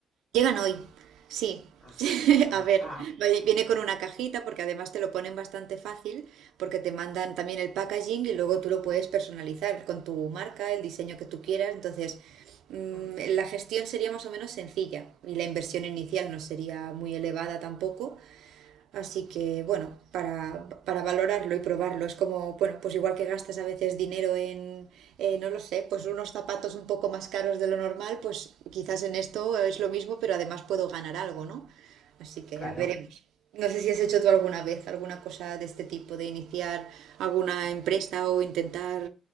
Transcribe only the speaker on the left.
Ah,
ah,
ah,
ah,
ah,
claro.